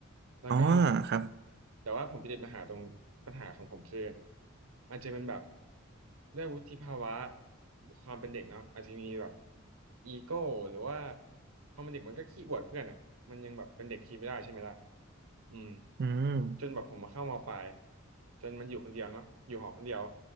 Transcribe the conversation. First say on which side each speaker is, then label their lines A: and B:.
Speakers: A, on the right; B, on the right.
A: แล้วก็
B: อ๋อครับ
A: แต่ว่าผมไปติดปัญหาตรงปัญหาของผมคืออาจจะเป็นแบบด้วยวุฒิภาวะความเป็นเด็กเนาะอาจจะมีแบบอีโก้หรือว่าพอมันเด็กมันก็ขี้อวดเพื่อนอ่ะมันยังแบบเป็นเด็กขี้ไม่ได้ใช่ไหมล่ะอืม
B: อืม
A: จนแบบผมมาเข้ามปลายจนมันอยู่คนเดียวเนาะอยู่หอคนเดียว